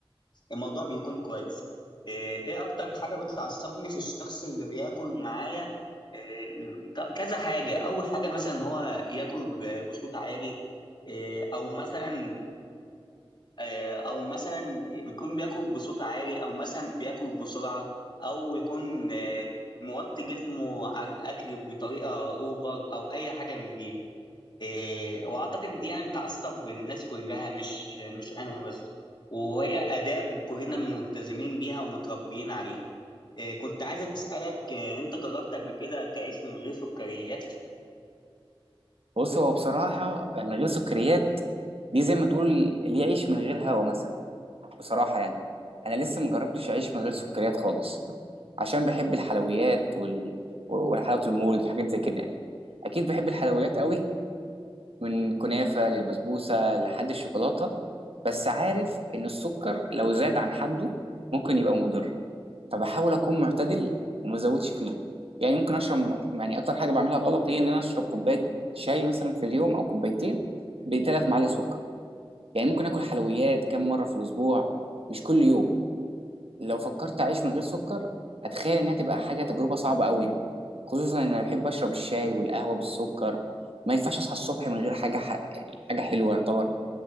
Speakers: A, on the left; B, on the right.
A: الموضوع بيكون كويس إيه إيه اكتر حاجة بتعصبني في الشخص اللي بياكل معايا إيه ط- كذا حاجة اول حاجة مثلا ان هو ياكل آه، بصوت عالي إيه او مثلا آه، او مثلا بيكون بياكل بصوت عالي او مثلا بياكل بسرعة او يكون آه، موطي جسمه على الاكل بطريقة اوفر او اي حاجة من دي إيه، واعتقد دي يعني بتعصب الناس كلها مش مش انا بس وهي اداب كلنا ملتزمين بيها ومتربيين عليها إيه، كنت عايز اسالك إيه، انت جربت قبل كده تعيش من غير سكريات
B: بص هو بصراحه من غير سكريات دي زي ما تقول اللي يعيش من غير هوا مثلا بصراحه يعني انا لسه مجربتش اعيش من غير سكريات خالص عشان بحب الحلويات وال... وحلاوه المولد وحاجات زي كده يعني اكيد بحب الحلويات قوي من كنافة للبسبوسة لحد الشوكولاتة بس عارف إن السكر لو زاد عن حده ممكن يبقى مضر فبحاول أكون معتدل وما أزودش فيه يعني ممكن أشرب يعني أكتر حاجة بعملها غلط هي إن أنا أشرب كوباية شاي مثلا في اليوم أو كوبايتين بثلاث معالق سكر يعني ممكن آكل حلويات كم مرة في الأسبوع مش كل يوم لو فكرت اعيش من غير سكر هتخيل انها تبقى حاجه تجربه صعبه قوي يعني خصوصا ان انا بحب اشرب الشاي والقهوه بالسكر ما ينفعش اصحى الصبح من غير حاجه ح... يعني حاجه حلوه يعتبر